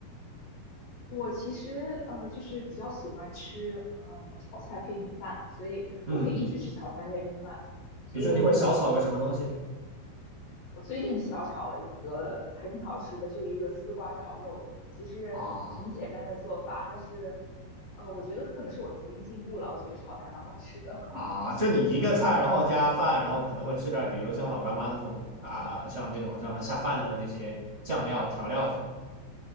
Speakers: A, on the left; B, on the right.
A: 我其实呃就是比较喜欢吃呃炒菜配米饭，所以我可以一直吃炒菜配米饭。
B: 嗯，
A: 所以我
B: 比如说你会小炒个什么东西？
A: 我最近小炒了一个还挺好吃的，就是一个丝瓜炒肉，其实很简单的做法，
B: 啊
A: 但是呃，我觉得可能是我厨艺进步了，我觉得炒的还蛮好吃的。
B: 啊，就你一个菜，然后加饭，然后可能会吃点儿比如像老干妈这种啊，像那种叫什么下饭的那些酱料调料什么。